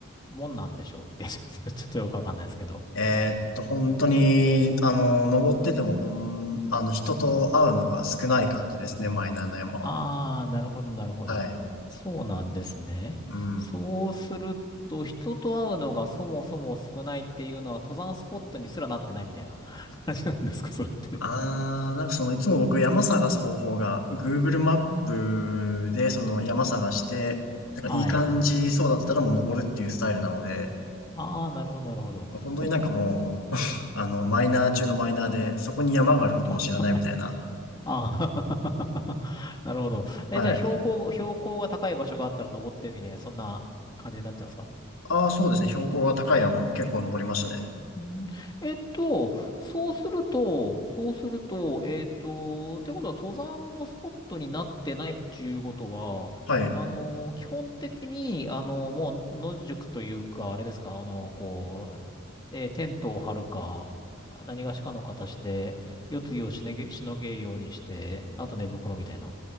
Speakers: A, on the left; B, on the left.
A: もんなんでしょうって <laughs> ちょっとよくわかんないですけど。
B: えっと、本当に、あの、登ってても、ほん、あの、人と会うのが少ない感じですね、マイナーな山は。
A: ああ、なるほど、なるほど。
B: はい。
A: そうなんですね。
B: うん。
A: そうすると、人と会うのがそもそも少ないっていうのは登山スポットにすらなってないみたいな <laughs> 感じなんですか、それって。
B: あー、なんかそのいつも僕山探す方法が Google マップでその山探して、なんかいい感じそうだったらもう登るっていうスタイルなので、
A: はい。ああ、なるほど、なるほど。
B: もう本当になんかもう、
A: え、
B: <laughs> あの、マイナー中のマイナーで、そこに山があることも知らないみたいな。
A: あ、ああ <laughs> なるほど。え、
B: はい。
A: じゃあ標高、標高が高い場所があったら登ってるみたいな、そんな感じになっちゃうんですか
B: ああ、そうですね。標高が高い山も結構登りましたね。
A: うん、えっと、そうすると、そうすると、えっと、ってことは登山のスポットになってないっていうことは、
B: はい。
A: あの、基本的に、あの、もう野宿というか、あれですか、あの、こう、えーテントを張るか、何がしかの形で、夜露をしのげ、しのげるようにして、あと寝袋みたいな。